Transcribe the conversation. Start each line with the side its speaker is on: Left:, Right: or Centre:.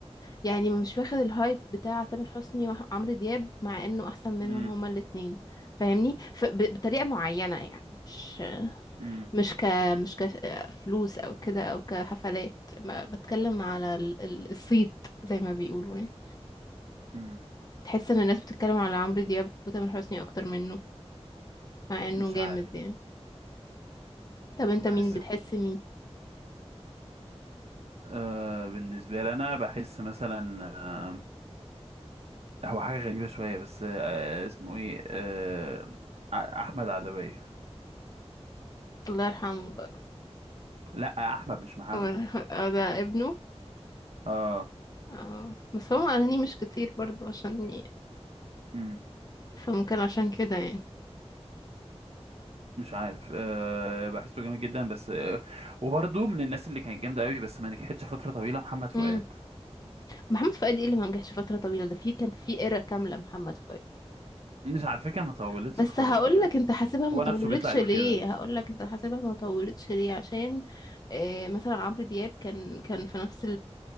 Left: يعني مش واخد الهايب بتاع تامر حسني وعمرو دياب مع انه احسن منهم
Right: امم
Left: هما الاتنين فاهمني ف- ب- بطريقة معينة يعني مش
Right: امم
Left: مش ك مش كفلوس او كده او كحفلات ما بتكلم على ال- ال- الصيت زي ما بيقولوا يعني.
Right: امم
Left: تحس ان الناس بتتكلم على عمرو دياب وتامر حسني اكتر منه مع انه
Right: مش
Left: جامد
Right: عارف
Left: يعني طب انت
Right: بحس
Left: مين بتحس مين
Right: آه بالنسبة لي أنا بحس مثلا آه هو حاجة غريبة شوية بس آه اسمه إيه آه أ- أحمد عدوية
Left: الله يرحمه بقى
Right: لأ أحمد مش محمد
Left: الله يرحمه. اه ده ابنه
Right: آه
Left: اه بس هو اغانيه مش كتير برضو عشان ي...
Right: مم.
Left: فممكن عشان كده يعني
Right: مش عارف آه بحسه جامد جدا بس آه وبرضه من الناس اللي كانت جامدة أوي بس ما نجحتش فترة طويلة محمد فؤاد
Left: امم محمد فؤاد ايه اللي ما نجحش فتره طويله ده في كان في ايرا كامله محمد فؤاد
Right: مش على فكرة ما طولتش
Left: بس
Right: خالص
Left: هقول
Right: بجد
Left: لك انت حاسبها ما
Right: هو
Left: طولتش
Right: نفسه بيطلع يقول
Left: ليه
Right: كده
Left: هقول لك انت حاسبها ما طولتش ليه عشان آه مثلا عمرو دياب كان كان في نفس